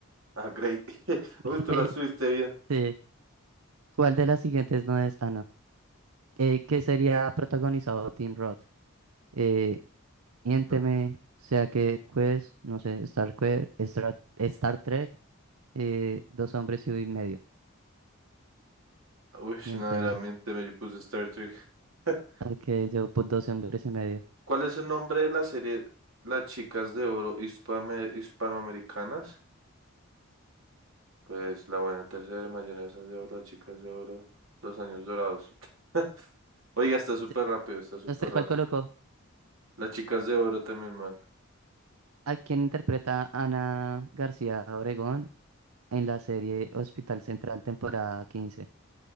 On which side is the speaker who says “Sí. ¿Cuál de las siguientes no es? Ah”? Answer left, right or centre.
Right